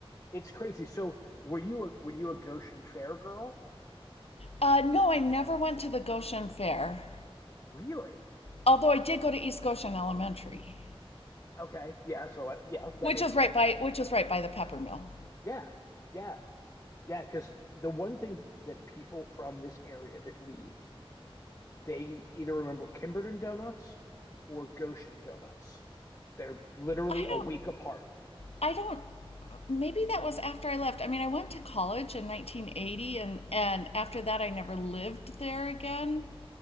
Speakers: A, on the left (about 30°); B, on the left (about 85°).
A: It's crazy. So were you a were you a Goshen Fair girl?
B: Uh no, I never went to the Goshen Fair.
A: Really?
B: Although I did go to East Goshen Elementary,
A: Okay. Yeah. So I, yeah, that
B: which
A: makes
B: is
A: sense.
B: right by which is right by the Pepper Mill.
A: Yeah. Yeah. Yeah. Because the one thing that people from this area that leave, they either remember Kimberton Donuts or Goshen Donuts. They're literally
B: I
A: a
B: don't
A: week apart.
B: I don't maybe that was after I left. I mean, I went to college in 1980 and and after that I never lived there again.